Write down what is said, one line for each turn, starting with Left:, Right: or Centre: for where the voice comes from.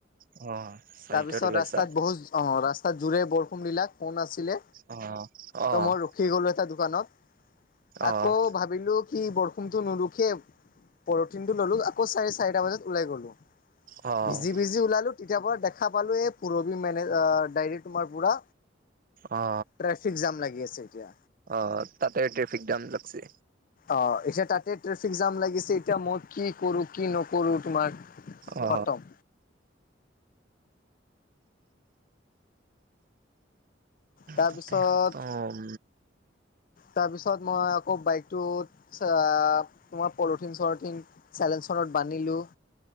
Right: অ চাৰিটাত
Left: তাৰ পিছত
Right: ওলাইছা?
Left: ৰাস্তাত বহুত অ ৰাস্তাত জোৰে বৰষুণ দিলাক। কোন আছিলে
Right: অ', অ',
Left: ত ময়। ৰখি গলো এটা দোকানত
Right: অ',
Left: আকৌ ভাবিলোঁ কি বৰষুণটো নৰুখে পৰথিনটো ললো আকৌ চাৰে চাৰিটা বজাত ওলাই গলো
Right: অ',
Left: ভিজি ভিজি ওলালো তেতিয়া পৰা দেখ খা পালো এ পুৰবি মে দাইৰেক তোমাৰ পুৰা।
Right: অ
Left: ট্ৰেফিক জাম লাগি আছে এতিয়া।
Right: অ তাতে ট্ৰেফিক জাম লাগছে।
Left: অ এচিয়া তাতে ট্ৰেফিক জাম লাগিছে এতিয়া মই কি কৰো কি নকৰো তোমাৰ।
Right: অ
Left: খতম। তাৰপিছত
Right: তাতে খতম।
Left: তাৰপিছত মই আকৌ বাইকটোত <unintelligible> তোমাৰ পলথিন চলিথিন চেলেঞ্চনত বান্ধিলো